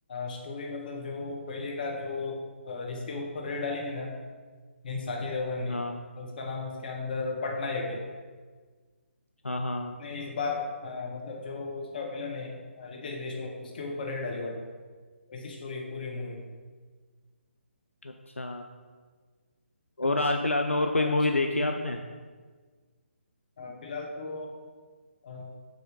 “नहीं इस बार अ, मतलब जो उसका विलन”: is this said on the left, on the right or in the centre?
Left